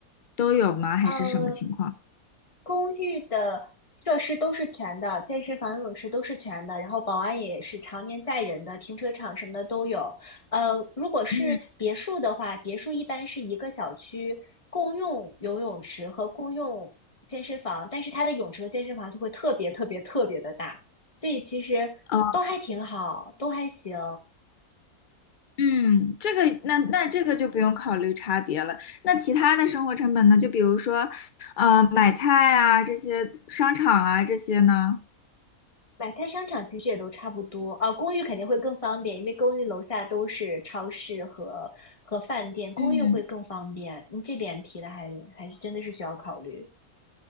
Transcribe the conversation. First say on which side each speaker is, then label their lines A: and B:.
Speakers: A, on the left (about 75°); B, on the left (about 25°).
A: 都有吗？还是什么情况？
B: 嗯。公寓的设施都是全的，健身房、游泳池都是全的，然后保安也是常年在人的，停车场什么的都有。呃，如果是别墅的话，
A: 嗯，
B: 别墅一般是一个小区共用游泳池和共用健身房，但是它的泳池和健身房就会特别特别特别的大，所以其实都还挺好，
A: 哦，
B: 都还行。
A: 嗯，这个那那这个就不用考虑差别了。那其他的生活成本呢？就比如说，呃，买菜啊，这些商场啊，这些呢？
B: 买菜商场其实也都差不多啊，公寓肯定会更方便，因为公寓楼下都是超市和和饭店，公寓会更方便。
A: 嗯。
B: 你这点提的还还是真的是需要考虑，